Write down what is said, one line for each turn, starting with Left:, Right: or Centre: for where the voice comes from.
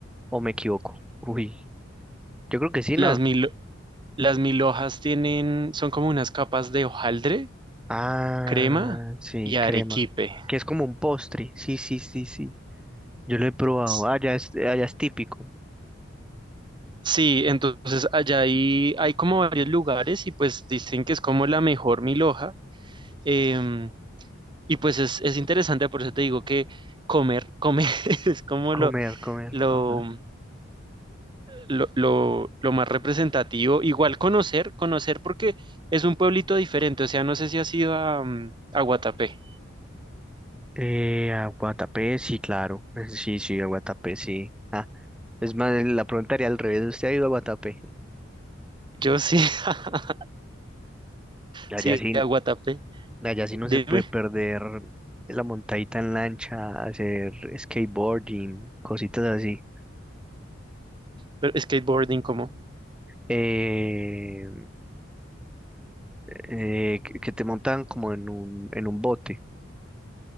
Centre: o me equivoco. Uy, yo creo que sí,
Right: las
Centre: ¿no?
Right: mil, las mil hojas tienen, son como unas capas de hojaldre,
Centre: Ah,
Right: crema
Centre: sí,
Right: y arequipe.
Centre: crema. Que es como un postre. Sí, sí, sí, sí. Yo lo he probado.
Right: S-
Centre: Ah, ya es, ah, ya es típico.
Right: Sí, entonces allá hay, hay como varios lugares y pues dicen que es como la mejor mil hoja em, Y pues es, es interesante, por eso te digo que comer, comer <laughs> es como
Centre: Comer,
Right: lo,
Centre: comer.
Right: lo,
Centre: Ajá.
Right: lo, lo, lo más representativo. Igual conocer, conocer porque es un pueblito diferente. O sea, no sé si has ido a, mm, a Guatapé.
Centre: Eh, a Guatapé, sí, claro. <laughs> Sí, sí, a Guatapé, sí. Ah, es más, eh, la pregunta haría al revés. ¿Usted ha ido a Guatapé?
Right: Yo sí, <laughs>
Centre: Allá
Right: sí,
Centre: sí,
Right: a Guatapé.
Centre: allá sí
Right: Dime,
Centre: no se puede perder la montadita en lancha, hacer skateboarding, cositas así.
Right: pero skateboarding, ¿cómo?
Centre: Eh, eh, que que te montan como en un, en un bote.